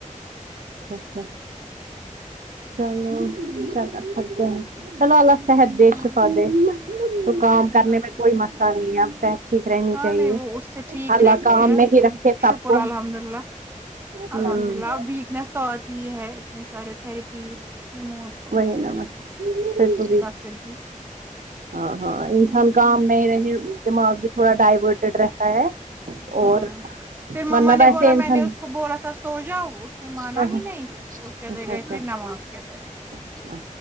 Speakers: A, on the right; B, on the right.
A: ا <unintelligible> چلو اچھے ہیں چلو اللہ صحت دے
B: ہاں
A: شفا دے تو کام
B: آمین
A: کرنے
B: آمین
A: میں کوئی مسئلہ نہیں ہے ٹھیک رہنی
B: ہاں
A: چاہیے
B: نہیں وہ اس سے ٹھیک
A: اللہ
B: رہتے
A: کام
B: ہیں
A: میں ہی رکھے سب
B: شکر
A: کو
B: الحمد اللہ
A: ہوں
B: الحمد اللہ ویکنیس تو آتی ہے اتنے سارے تھراپیز کی موسٹ
A: <unintelligible> وہی نہ وہی پھر تو
B: پھر
A: ہاں ہاں
B: بھی
A: انسان کام نہیں رہے دماغ بھی تھوڑا ڈائوٹیڈ رہتا ہے اور
B: ہوں پھر
A: ورنہ
B: مما
A: ویسے
B: نے بولا
A: انسان
B: میں نے اس کو بولا سو جاوہ اس نے مانا
A: ہاں
B: ہی
A: ہاں
B: نہیں وہ چلے
A: اچھا
B: گئے
A: اچھا
B: تھے نماز کے لے
A: اچھا